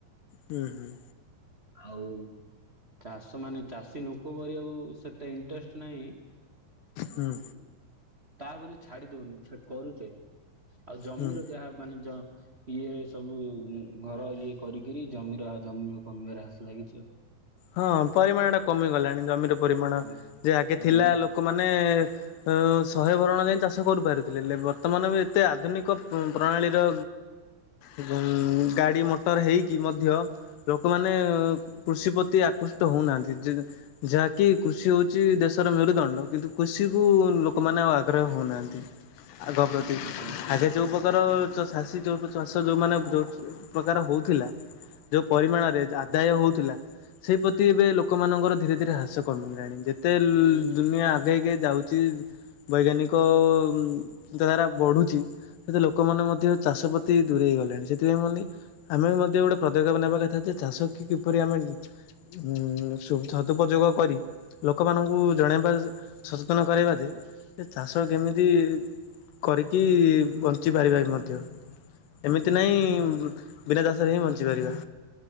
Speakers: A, on the left; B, on the right.
A: ହୁଁ ହୁଁ।
B: ଆଉ ଚାଷ ମାନେ ଚାଷୀ ଲୋକ କରିବାକୁ ସେତେ <unintelligible>
A: ହୁଁ
B: ତାପରେ ଛାଡି ଦଉନି ପୁଣି କରୁଛେ। ଆଉ ଜମିର
A: ହୁଁ।
B: ଯାହା ମାନେ ଯ ଇଏ ସବୁ ଘର ଇଏ କରିକିରି ଜମିର ଜମି କମିବାରେ ହ୍ରାସ ଲାଗିଛି ଆଉ।
A: ହଁ ପରିମାଣ ଟା କମିଗଲାଣି ଜମିର। ପରିମାଣ
B: କଣ
A: ଯେ ଆଗେ
B: ଜମି
A: ଥିଲା ଲୋକମାନେ ଅ ଶହେ ବରଣ ଯାଇ ଚାଷ କରୁପାରୁଥିଲେ ବର୍ତ୍ତମାନ ବି ଏତେ ଆଧୁନିକ ପ୍ରଣାଳୀର ଏବଂ ଗାଡି ମଟର ହେଇକି ମଧ୍ୟ ଲୋକମାନେ କୃଷି ପ୍ର ତି ଆକୃଷ୍ଟ ହଉନାହାନ୍ତି ଯେ ଯାହାକି କୃଷି ହଉଛି ଦେଶର ମେରୁଦଣ୍ଡ କିନ୍ତୁ କୃଷି କୁ ଲୋକମାନେ ଆଉ ଆଗ୍ରହ ହଉନାହାନ୍ତି। ଆଗ ପ୍ରତି
B: ଲୋକମାନେ
A: ଆଜ ଯୋଉ ପ୍ରକାର ଚାଷୀ ଯୋଉ ଚାଷ ଯୋଉମାନୋନ ଯୋଉ ପ୍ରକାର ହଉଥିଲା ଯୋଉ ପରିମାଣରେ ଆଦାୟ ହଉଥିଲା। ସେହି ପ୍ର୍ରତି ଏବେ ଲୋକମାନଙ୍କର ଧୀରେ ଧୀରେ ହ୍ରାସ କମଗାଣି ଯେତେ ଦୁନିଆ ଆଗେଇକ ଯାଉଛି। ବୈଜ୍ଞାନିକ ଚିନ୍ତାଧାରା ବଢୁଛି। ସେତ ଲୋକମାନେ ମଧ୍ୟ ଚାଷ ପ୍ରତି ଦୂରେଇ ହେଇଗଲେଣି ସେଥିପାଇଁ ମାନ ଆମେ ମଧ୍ୟ ଗୋଟେ ପଦକ୍ଷେପ ନେବା କଥା ଯେ ଚାଷ କି କିପରି ଆମେ ହୁଁ ସଦୁପଯୋଗ କରି ଲୋକମାନଙ୍କୁ ଜଣେଇବା ସଚେତନ କରାଇବା ଯେ ଚାଷ କେମିତି କରିକି ବଞ୍ଚି ପାରିବା ବି ମଧ୍ୟ। ଏମିତି ନାହିଁ ବିନା ଚାସରେ ହିଁ ବଞ୍ଚିପାରିବା।